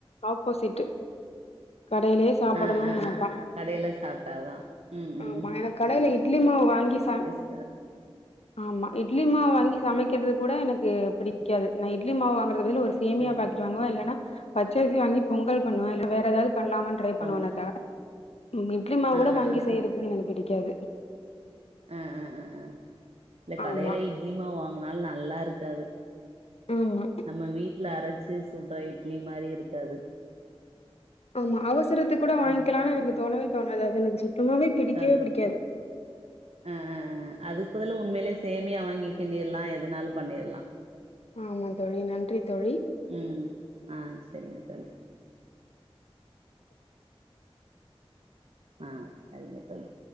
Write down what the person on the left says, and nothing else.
ஆப்போசிட் கடயிலே சாப்பிடணும்னு
நினப்ப
ஆமா என கடையில இட்லிமாவு வாங்கி சாப்
ஆமா இட்லிமாவு வாங்கி சமைக்கிறது கூட எனக்கு புடிக்காது நா இட்லி மாவு வாங்குறது பதில் ஒரு சேமியா
பாக்கெட் வாங்குவ இல்லன்னா பச்சறுசி வாங்கி பொங்கல் பண்ணுவே இல்ல வேற ஏதாவது பண்ணலாமான்னு ட்ரை
பண்ணுவனே தவர இட்லி மாவு
கூட
வாங்கி
செய்யறதுக்கு
எனக்கு பிடிக்காது
ஆமா,
ஆமா
ஆமா அவசரத்து கூட வாங்கிக்கலாம்னு
எனக்கு தோணவே தோணாது அது எனக்கு சுத்தமாவே பிடிக்கவே
பிடிக்காது
ஆமா தோழி நன்றி தோழி